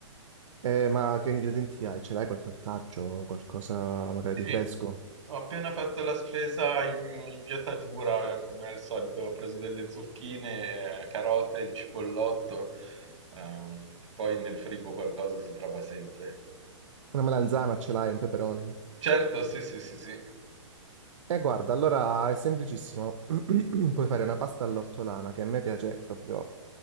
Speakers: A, on the right; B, on the right.
A: Eh, ma che ingredienti hai? Ce l'hai qualche ortaggio, qualcosa magari
B: Sì,
A: di
B: sì.
A: fresco?
B: ho appena fatto la spesa in, in via Taggiura, eh, come al solito, ho preso delle zucchine, eh, carote, il cipollotto, ehm, e poi nel frigo qualcosa si trova sempre.
A: Una melanzana ce l'hai, un peperone?
B: Certo, sì, sì, sì, sì,
A: Eh, guarda, allora è semplicissimo. <clears throat> Puoi fare una pasta all'ortolana che a me piace proprio